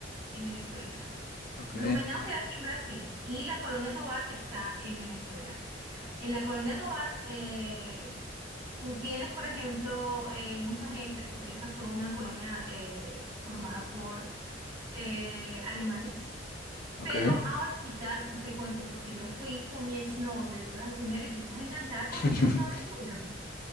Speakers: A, on the right; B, on the left.
A: en Venezuela.
B: ok,
A: Blumenau queda aquí en Brasil y la Colonia Tovar está en Venezuela. En la Colonia Tovar eh, tú tienes, por ejemplo, eh, mucha gente, porque esa fue una colonia eh, formada por eh, alemanes
B: ok.
A: pero ahorita te cuento porque yo fui con mi exnovio y tú vas a decir, Mary, tú estás enganchada con
B: <laughs>
A: ese exnovio tuyo.